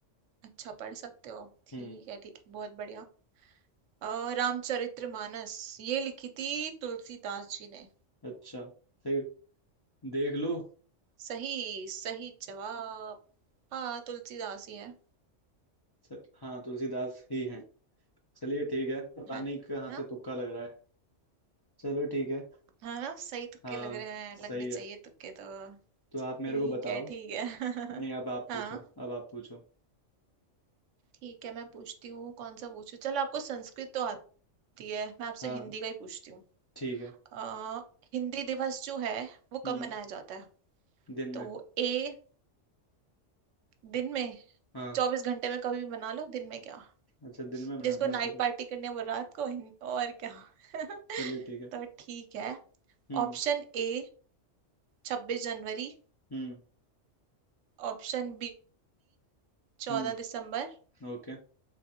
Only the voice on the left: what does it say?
हम्म
अच्छा सही देख लो
सर, हाँ तुलसीदास ही हैं चलिए ठीक है पता
नहीं कहाँ
से तुक्का लग रहा है चलो ठीक है
हाँ
सही
है
तो आप मेरे
को बताओ
नहीं अब आप
पूछो अब आप पूछो
हाँ
ठीक है
हम्म
दिन में
हाँ
अच्छा दिन में बनाते
हैं
वैसे तो
चलिए ठीक है
हम्म
हम्म
हम्म
ओके